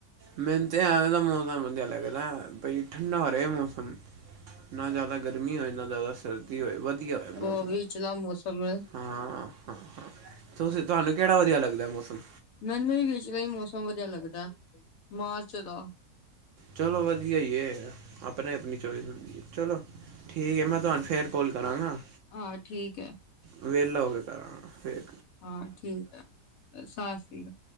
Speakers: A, on the right (about 70°); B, on the left (about 65°).
A: ਮੈਨੂੰ ਤੇ ਐਵੇ ਦਾ ਮੌਸਮ ਵਧੀਆ ਲੱਗਦਾ, ਬਈ ਠੰਡਾ ਰਹੇ ਮੌਸਮ ਨਾ ਜ਼ਿਆਦਾ ਗਰਮੀ ਹੋਏ ਨਾ ਜ਼ਿਆਦਾ ਸਰਦੀ ਹੋਏ ਵਧੀਆ ਹੋਏ ਮੌਸਮ
B: ਉਹ ਵਿਚਲਾ ਮੌਸਮ ਹੈ
A: ਹਾਂ ਹਾਂ ਹਾਂ ਤੁਸੀਂ ਤੁਹਾਨੂੰ ਕਿਹੜਾ ਵਧੀਆ ਲੱਗਦਾ ਮੌਸਮ
B: ਮੈਨੂੰ ਹੀ ਵਿਚਲਾ ਹੀ ਮੌਸਮ ਵਧੀਆ ਲੱਗਦਾ, ਮਾਰਚ ਦਾ
A: ਚਲੋ ਵਧੀਆ ਹੀ ਏ, ਆਪਣੇ ਆਪਣੀ ਚੋਇਸ ਐ ਚਲੋ ਠੀਕ ਹੈ, ਮੈਂ ਤੁਹਾਨੂੰ ਫੇਰ ਕਾਲ ਕਰਾਂਗਾ।
B: ਹਾਂ ਠੀਕ ਹੈ।
A: ਵੇਹਲਾ ਹੋ ਕੇ ਕਰਾਂਗਾ ਫਿਰ।
B: ਹਾਂ ਠੀਕ ਹੈ, ਸਤਿ ਸ਼੍ਰੀ ਅਕਾਲ